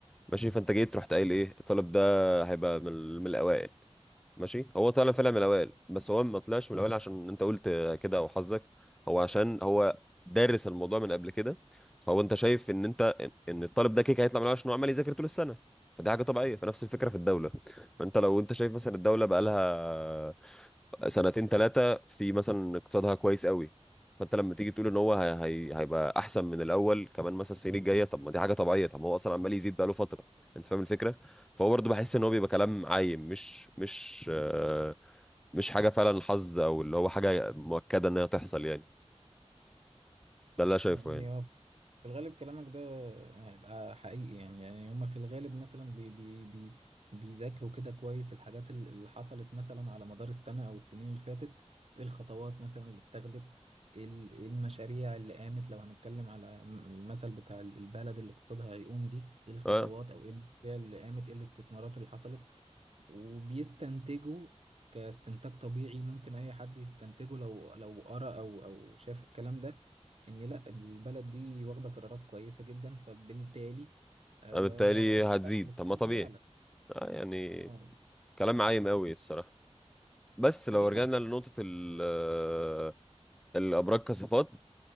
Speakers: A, in the centre; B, on the right.
A: ماشي فانت جيت رحت قايل ايه الطالب ده هيبقى من من الاوائل ماشي هو طلع فعلا من الاوائل بس هو ما طلعش من الاوائل مم. عشان انت قلت كده او حظك هو عشان هو دارس الموضوع من قبل كده فهو انت شايف ان انت ان إن الطالب ده كيك هيطلع من الأوائل عشان هو عمال يذاكر طول السنه فدي حاجه طبيعيه فنفس الفكره في الدوله فانت لو انت شايف مثلا الدوله بقى لها سنتين ثلاثة في مثلا اقتصادها كويس قوي فانت لما تيجي تقول ان هو هي... هي... هيبقى احسن من الاول كمان مثلا السنين الجاية طب ما دي حاجة طبيعية طب ما هو اصلا عمال يزيد بقاله فترة انت فاهم الفكرة فهو برضه بحس ان هو بيبقى كلام عايم مش مش آه، مش حاجة فعلا حظ او اللي هو حاجة مؤكدة انها تحصل يعني ده اللي انا شايفه
B: يعني
A: يعني
B: هو في الغالب كلامك ده هيبقى حقيقي يعني يعني هما في الغالب مثلا بي بي بي بيذاكروا كده كويس الحاجات ال- اللي حصلت مثلا على مدار السنة أو السنين اللي فاتت ايه الخطوات مثلا اللي اتخذت ايه ال- إيه المشاريع اللي قامت لو هنتكلم على م- المثل بتاع البلد اللي اقتصادها هيقوم دي ايه الخطوات
A: اه
B: أو ايه المشاريع اللي قامت ايه الاستثمارات اللي حصلت وبيستنتجوا كاستنتاج طبيعي ممكن اي حد يستنتجه لو لو قرأ او او شاف الكلام ده ان لا البلد دي واخده قرارات كويسه جدا فبالتالي آه
A: بالتالي هتزيد
B: لا الاقتصاد
A: طب ما طبيعي
B: هيعلى
A: اه يعني
B: اه
A: كلام عايم قوي الصراحة بس لو
B: دي
A: رجعنا
B: حقيقة
A: لنقطة ال- آه، الأبراج كصفات